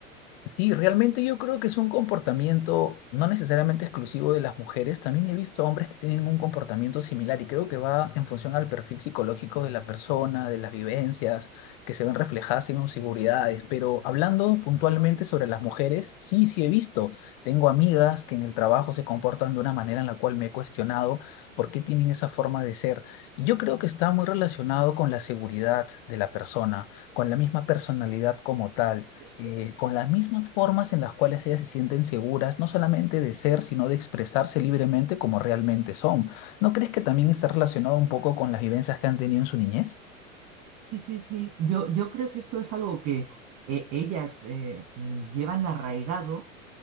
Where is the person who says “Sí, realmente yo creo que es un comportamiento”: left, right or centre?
Left